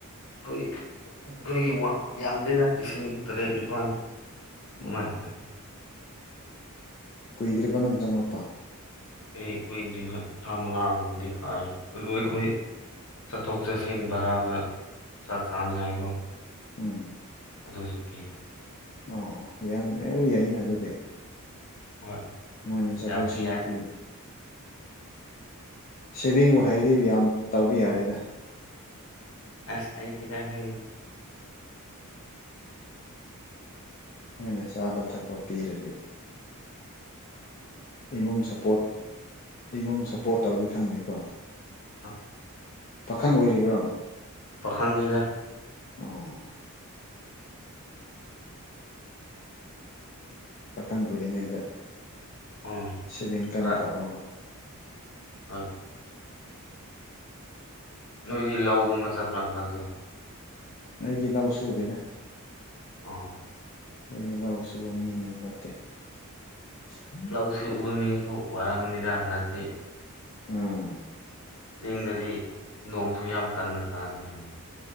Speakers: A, on the left; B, on the left.
A: ꯑꯩꯈꯣꯏ ꯑꯩꯣꯏꯒꯤ ꯥꯛ ꯌꯥꯝꯗꯅ ꯂꯤꯁꯤꯡ ꯇꯔꯦꯠ ꯅꯤꯄꯥꯜ
B: ꯑꯥ
A: ꯃꯥꯏꯇ
B: ꯀꯨꯏꯗ꯭ꯔꯤꯕ ꯅꯪ ꯆꯪꯅꯄꯥ
A: ꯑꯩ ꯀꯨꯏꯗ ꯊꯥ ꯃꯉꯥꯒꯨꯝꯕꯗꯤ ꯐꯥꯔꯦ ꯑꯗꯨꯕꯨ ꯑꯩꯈꯣꯏ
B: ꯑꯣ
A: ꯁꯇꯣꯛꯁꯦ ꯁꯤꯟ ꯚꯔꯥꯒ ꯁꯥꯠ ꯁꯥꯡ ꯌꯥꯥꯏꯈꯣ
B: ꯎꯝ
A: ꯑꯗꯨꯁꯨ ꯄꯤ
B: ꯑꯣ ꯌꯥꯝꯃꯦ ꯑꯗꯨ ꯌꯥꯏꯩꯅ ꯑꯗꯨꯗꯤ
A: ꯍꯣꯏ
B: ꯃꯣꯏꯅ ꯆꯠꯊꯣꯛꯁꯤꯟꯃꯄꯤꯤꯌꯨ
A: ꯌꯥꯕꯗꯤ ꯌꯥꯏ
B: ꯁꯤꯚꯤꯡꯕꯨ ꯍꯩꯔꯤꯕ ꯌꯥꯝ ꯇꯧꯕ ꯌꯥꯔꯦꯗ
A: ꯑ ꯁꯥꯏꯇꯤꯗꯣꯏꯅꯦ
B: ꯅꯣꯏꯅ ꯆꯥꯕ ꯊꯛꯄ ꯄꯤꯔꯗꯤ ꯏꯃꯨꯡ ꯁꯞꯄꯣꯔꯠ ꯏꯃꯨꯡ ꯁꯞꯄꯣꯔꯠ ꯇꯧꯔꯤ ꯈꯪꯗꯦꯀꯣ
A: ꯑ
B: ꯄꯥꯈꯪ ꯑꯣꯏꯔꯤꯕ꯭ꯔꯣ
A: ꯄꯥꯈꯥꯟꯅꯤꯗ
B: ꯑꯣ ꯄꯥꯈꯪ ꯑꯣꯏꯔꯤꯉꯩꯗ
A: ꯎꯝ
B: ꯁꯦꯚꯦꯡ ꯀꯟꯅ
A: ꯈꯔ
B: ꯇꯧꯍꯧꯔꯣ
A: ꯍꯣꯏ ꯅꯣꯏꯗꯤ ꯂꯧꯒꯨꯝꯕ ꯆꯠꯄ꯭ꯔꯥ ꯍꯟꯗꯛꯁꯦ
B: ꯑꯩꯗꯤ ꯂꯧ ꯁꯨꯗꯦꯅꯦ
A: ꯑ
B: ꯑꯗꯨꯗꯤ ꯂꯧꯁꯨꯕ ꯃꯤ ꯅꯠꯇꯦ ꯎꯝ
A: ꯂꯧꯁꯤ ꯎꯕꯃꯤ ꯀꯧꯕ ꯋꯥꯔ ꯃꯅꯔ ꯑꯗꯥꯥꯇꯦ
B: ꯎꯝ
A: ꯆꯤꯡꯗꯗꯤ ꯅꯣꯡꯁꯨ ꯌꯥꯝ ꯀꯟꯅ ꯇꯥꯅꯤ ꯍꯥꯏ